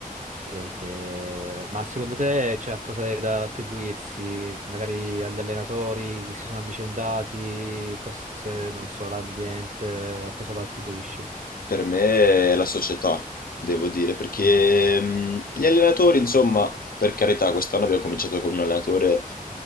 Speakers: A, on the right (about 55°); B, on the left (about 75°).
A: E- e- ma secondo te c'è qualcosa da attribuirsi magari agli allenatori che si sono avvicendati, forse non so, l'ambiente, a cosa lo attribuisci?
B: Per me è la società, devo dire, perché
A: Mm,
B: mh, gli allenatori, insomma, per carità, quest'anno abbiamo cominciato con un allenatore